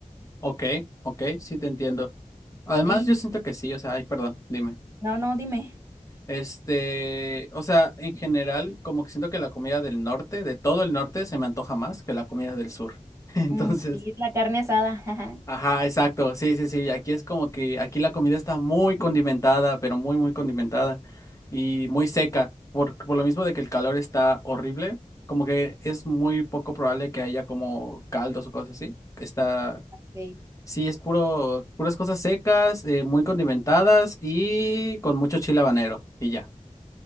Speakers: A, on the left; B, on the right.
A: ok, ok, sí te entiendo. Además,
B: Y
A: yo siento que sí, o sea, ay, perdón, dime.
B: no, no, dime.
A: Este, o sea, en general, como que siento que la comida del norte, de todo el norte, se me antoja más que la comida del sur. <laughs> Entonces,
B: Mm, sí, la carne asada, <laughs> ajá.
A: Ajá, exacto. Sí, sí, sí. Aquí es como que aquí la comida está muy condimentada, pero muy, muy condimentada y muy seca. Por, por lo mismo de que el calor está horrible, como que es muy poco probable que haya como caldos o cosas así. Está,
B: Sí.
A: sí, es puro, puras cosas secas, eh, muy condimentadas y con mucho chile habanero y ya.